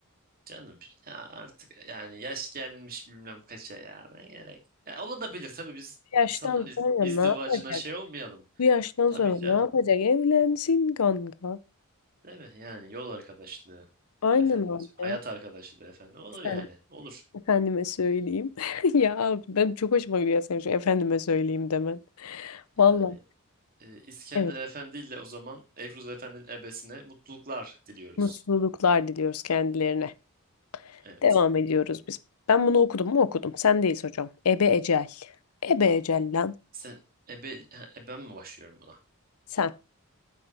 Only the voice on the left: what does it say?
Bu yaştan
sonra
ne yapacak?
Bu yaştan
sonra
ne yapacak? Evlensin kanka.
Aynen
abi.
Sen-
Efendime söyleyeyim. <laughs> Ya abi ben çok hoşuma gidiyor senin şu efendime söyleyeyim demen.
Vallahi
evet.
Mutluluklar diliyoruz kendilerine.
Devam ediyoruz biz. Ben bunu okudum mu okudum. Sen Sendeyiz hocam. Ebe Ecel. Ebe Ecel lan.
Sen.